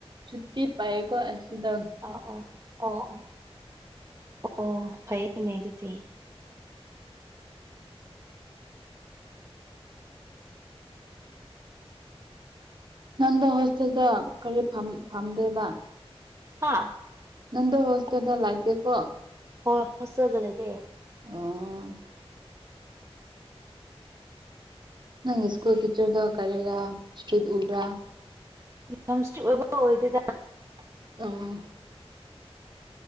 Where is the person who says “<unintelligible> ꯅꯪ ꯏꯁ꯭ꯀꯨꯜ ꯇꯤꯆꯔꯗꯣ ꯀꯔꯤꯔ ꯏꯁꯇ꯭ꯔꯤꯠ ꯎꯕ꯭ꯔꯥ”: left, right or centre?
Right